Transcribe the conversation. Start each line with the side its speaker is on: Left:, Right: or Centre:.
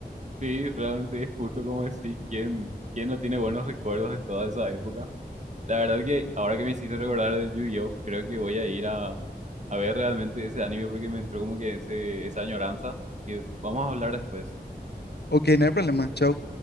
Right: Sí, realmente es justo como decir, ¿quién, quién no tiene buenos recuerdos de toda esa época? La verdad que ahora que me hiciste recordar de Yu-Gi-Oh, creo que voy a ir a, a ver realmente ese anime porque me entró como que ese, esa añoranza que vamos a hablar después.
Left: Ok, no hay problema, chao.